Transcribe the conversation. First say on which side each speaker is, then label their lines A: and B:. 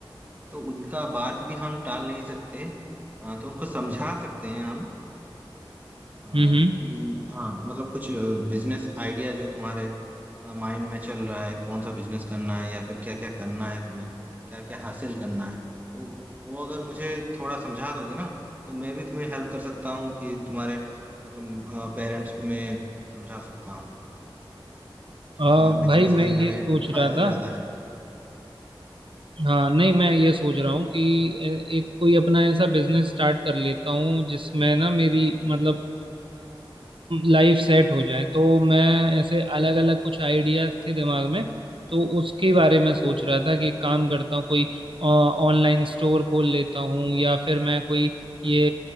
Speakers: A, on the right; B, on the right.
A: तो उनका बात भी हम टाल नहीं सकते आ, तो उनको समझा सकते हैं हम अ,
B: हम्म हम्म
A: कि हाँ मतलब कुछ बिजनेस आइडिया जो तुम्हारे माइंड में चल रहा है कौन सा बिजनेस करना है या फिर क्या क्या करना है तुम्हें क्या क्या हासिल करना है वो वो अगर मुझे थोड़ा समझा दोगे ना तो मैं भी तुम्हें हेल्प कर सकता हूँ कि तुम्हारे मतलब पेरेंट्स को मैं समझा सकता हूँ कि
B: अ,
A: हाँ बिजनेस
B: भाई
A: करने
B: मैं ये
A: में
B: सोच
A: फायदा
B: रहा था
A: ज्यादा है
B: हाँ नहीं मैं ये सोच रहा हूँ कि ए- एक कोई अपना ऐसा बिजनेस स्टार्ट कर लेता हूँ जिसमें ना मेरी मतलब लाइफ सेट हो जाए तो मैं ऐसे अलग अलग कुछ आइडियाज थे दिमाग में तो उसके बारे में सोच रहा था कि एक काम करता हूँ कोई ऑनलाइन स्टोर खोल लेता हूँ या फिर मैं कोई ये